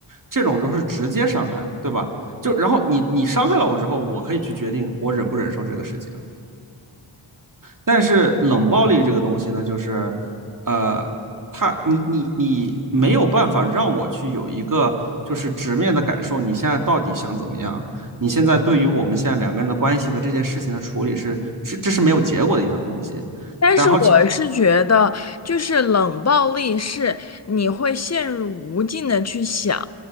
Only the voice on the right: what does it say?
这种都是直接伤害，对吧？就然后你你伤害了我之后，我可以去决定我忍不忍受这个事情。但是冷暴力这个东西呢，就是呃，他你你你没有办法让我去有一个就是直面的感受，你现在到底想怎么样？你现在对于我们现在两个人的关系和这件事情的处理是，这这是没有结果的一样东西。
然后这